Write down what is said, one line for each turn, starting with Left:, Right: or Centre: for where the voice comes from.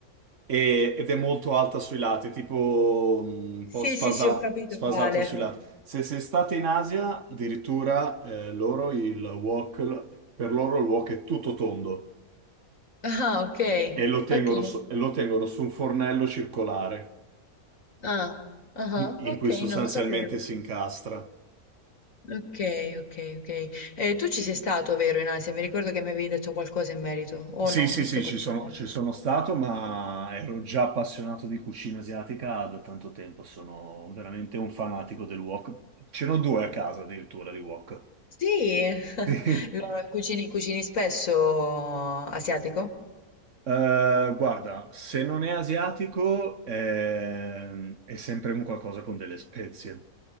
Right: E- ed è molto alta sui lati, tipo mm, un
Left: Sì,
Right: po' sfasa-
Left: sì, sì, ho capito
Right: sfasata
Left: quale.
Right: sui lati. Se, se state in Asia, addirittura eh, loro il wok, l- per loro il wok è tutto tondo
Left: Ah, ok.
Right: e lo tengono
Left: Ok.
Right: su, e lo tengono su un fornello circolare
Left: Ah, ah,
Right: in, in
Left: ok,
Right: cui sostanzialmente
Left: non lo sapevo.
Right: si incastra.
Left: Ok, ok, ok. Eh, tu ci sei stato, vero, in Asia? Mi ricordo che mi avevi detto qualcosa in merito. O
Right: Sì,
Left: no,
Right: sì,
Left: mi
Right: sì,
Left: sto confondendo.
Right: ci sono, ci sono stato, ma ero già appassionato di cucina asiatica da tanto tempo. Sono veramente un fanatico del wok. Ce n'ho due a casa addirittura di wok.
Left: Sì,
Right: <laughs>
Left: lo- cucini, cucini spesso asiatico?
Right: Eh, guarda, se non è asiatico ehm, è, sempre un qualcosa con delle spezie.